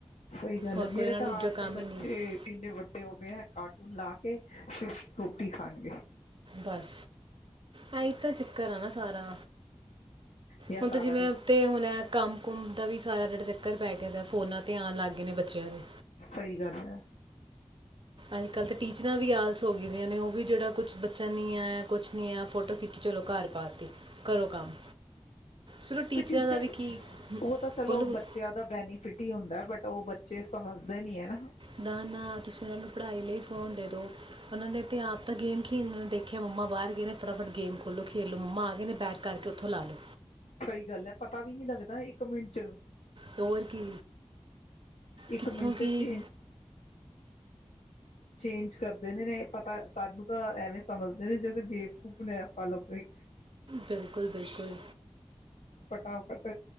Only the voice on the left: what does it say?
ਸਈ ਗੱਲ
ਐ ਮੇਰੇ
ਤਾਂ
ਆਪ
ਦੇ ਬੱਚੇ
ਇੰਨੇ ਵੱਡੇ ਹੋ ਗਏ ਹੈ ਕਾਰ ਟੂਨ ਲਾ ਕੇ ਸਿਰਫ ਰੋਟੀ ਖਾਣਗੇ।
ਜਾਂ
ਸਾਰਾ
ਦਿਨ
ਸਈ ਗੱਲ ਐ।
ਫਿਰ ਟੀਚਰ
ਉਹ ਤਾਂ ਚਲੋ
ਬੱਚਿਆਂ ਦਾ ਬੈਨੀਫਿਟ ਈ ਹੁੰਦੈ ਬਟ ਤਾਂ ਉਹ ਬੱਚੇ ਸਮਝਦੇ ਨੀ ਆ ਨਾ।
ਸਹੀ ਗੱਲ ਐ, ਪਤਾ ਵੀ ਨੀ ਲੱਗਦਾ ਇੱਕ ਮਿੰਟ ਚ
ਇੱਕ
ਮਿੰਟ 'ਚ
ਚੇਂਜ ਚੇਂਜ ਕਰਦੇ ਨੇ ਨੇ, ਪਤਾ ਸਾਨੂੰ ਤਾਂ ਐਵੇਂ ਸਮਝਦੇ ਨੇ ਜੈਸੇ ਬੇਵਕੂਫ ਨੇ ਆਪਾਂ ਲੋਕੀਂ।
ਫਟਾਫਟ,